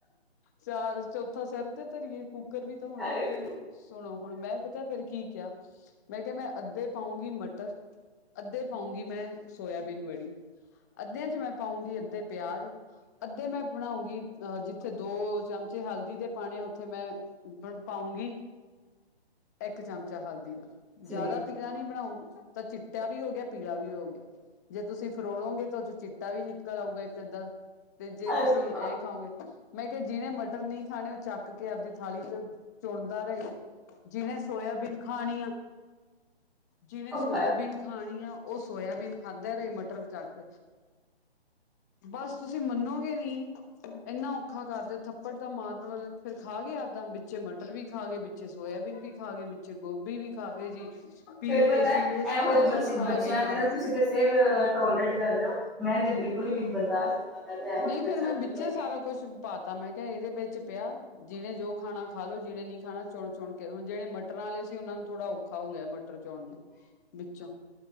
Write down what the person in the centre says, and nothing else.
ਹਾਏ
ਠੀਕ
ਹਾਏ
ਰੱਬਾ
ਉਹ ਖਾ
ਫਿਰ ਪਤਾ
ਇਹੋ
ਜਿਹੇ ਬੱਚੇ
ਬੱਚਿਆਂ
ਤੇ ਨਾ ਤੁਸੀਂ ਤੇ ਫਿਰ ਟੋਲਰੇਟ ਕਰ ਰਹੇ ਹੋ ਮੈਂ ਤੇ ਬਿਲਕੁਲ ਹੀ ਵੀ ਨੀ ਬਰਦਾਸ਼ਤ ਹੁੰਦਾ ਮੈਂ ਤੇ ਇਹੋ
ਜਿਹੇ
ਬੱਚਿਆਂ
ਨੂੰ
ਕੀ ਕਹਿੰਦੀ